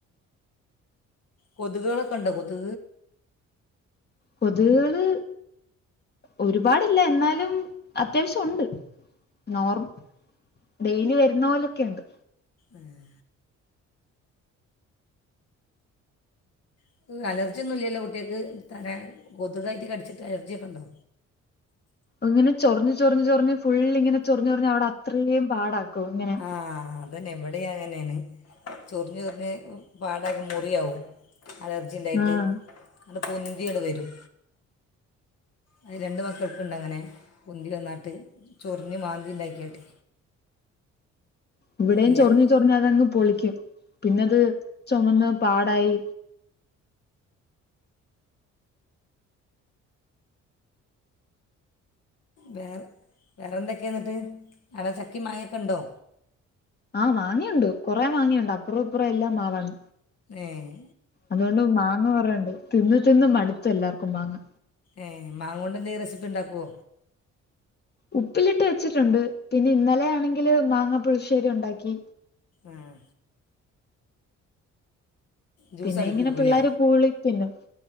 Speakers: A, on the left (about 55°); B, on the left (about 35°).
A: കൊതുകുകളൊക്കെ ഇണ്ടോ കൊതുക്
B: കൊതുകാള് ഒരുപാടില്ല എന്നാലും അത്യാവശ്യം ഉണ്ട് നോർ ഡെയിലി വരുന്ന പോലൊക്കെണ്ട്
A: ഏഹ് <unintelligible> അലർജിയൊന്നും ഇല്ലല്ലോ കുട്ടികൾക്ക് തല കൊതുകായിട്ട് കടിച്ചിട്ട് അലർജിയൊക്കെ ഉണ്ടോ
B: ഇങ്ങനെ ചൊറിഞ്ഞ് ചൊറിഞ്ഞ് ചൊറിഞ്ഞു ഫുൾ ഇങ്ങനെ ചൊറിഞ്ഞ് ചൊറിഞ്ഞ് അവിടെ അത്രയും പാടാക്കും ഇങ്ങനെ
A: ആ അതന്നെ ഇവിടെയും അങ്ങനാണ് ചൊറിഞ്ഞു ചൊറിഞ്ഞ് പാടാക്കി മുറിയാകും അല ർജി ഇണ്ടായിട്ട്
B: ആഹ്
A: അങ്ങട് പൊന്തിയങ്ങട് വരും അതി രണ്ട് മക്കൾക്ക് ഉണ്ട് അങ്ങനെ പൊന്തി വന്നാട്ട് ചൊറിഞ്ഞ് മാന്തി ഉണ്ടാക്കിയങ്ങട്ട്
B: ഇവിടെയും
A: ഇല്ല
B: ചൊറിഞ്ഞ് ചൊറിഞ്ഞ് അതങ്ങ് പൊളിക്കും പിന്നെ അത് ചുമന്ന് പാടായി
A: വേറെ വേറെ എന്തൊക്കെയാ എന്നിട്ട് ആടെ ചക്കയും മാങ്ങയൊക്കെ ഉണ്ടോ
B: ആഹ് മാങ്ങയുണ്ട് കുറെ മാങ്ങയുണ്ട് അപ്പുറേം ഇപ്പുറേം എല്ലാം മാവാണ്
A: ഏഹ്
B: അതോണ്ട് മാങ്ങ കുറേയുണ്ട് തിന്ന് തിന്ന് മടുത്തു എല്ലാർക്കും മാങ്ങ
A: ഏഹ് മാങ്ങോണ്ട് എന്തെലും റെസിപ്പി ഉണ്ടാക്കോ
B: ഉപ്പിലിട്ട് വെച്ചിട്ടുണ്ട് പിന്നെ ഇന്നലെയാണെങ്കില് മാങ്ങാ പുളിശ്ശേരി ഉണ്ടാക്കി
A: ഏഹ് ജ്യൂസ്
B: പിന്നെ
A: അടിപ്പിക്കൂലേ
B: ഇങ്ങനെ പിള്ളേർ പൂളി പിന്നെ